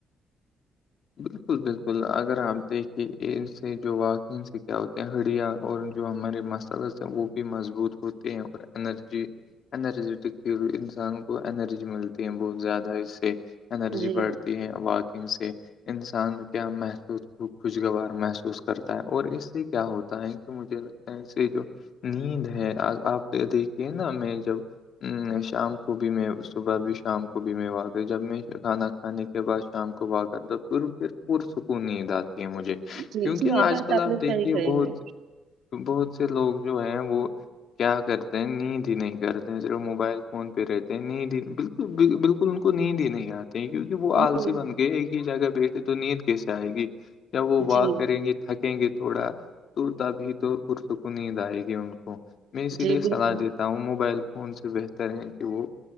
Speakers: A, on the left; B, on the right.
A: بلکل بلکل اگر آپ دیکھیے ان سے جو واقع ان سے کیا ہوتے ہیں ہڑیاں اور جو ہمارے مسلذ ہیں وہ بھی مضبوط ہوتے ہیں اور انرجی انرجیٹک فیل انسان کو انرجی ملتی ہے بہت زیادہ اس سے انرجی
B: جی
A: بڑھتی ہے واکنگ سے انسان کیا محسوظ خوشگوار محسوس کرتا ہے اور اس سے کیا ہوتا ہے کہ مجھےگ ایسے جو نیند ہے آپ دیکھیے نا میں جب ہ شام کو بھی میں صبح بھی شام کو بھی میں واک جب میں کھانا کھانے کے بعد شام کو واک کر دو پھر پھر پرسکون نیند آتی ہے مجھے کیونکہ
B: جی جی یہ
A: آج
B: بات
A: کل آپ
B: نے
A: دیکھیے
B: صحیح کہی
A: بہت
B: ہے
A: بہت سے لوگ جو ہیں وہ کیا کرتے ہیں نیند ہی نہیں کرتے ہیں صرف موبائل فون پہ رہتے ہیں نیند ہی بل بلکل ان کو نیند ہی نہیں آتے ہیں کیونکہ وہ
B: ہ
A: آلسی بن کے ایک ہی جگہ بیٹھے تو نیند کیسے آئے گی جب وہ واک
B: جی
A: کرے گ یہ تھکیں گے تھوڑا تو تبھی تو پرسکوں کو نیند آئے گی ان کو میں اسی
B: جی
A: لیے
B: بالکل
A: صلاح دیتا ہوں موبائل فون سے بہتر ہے کہ وہ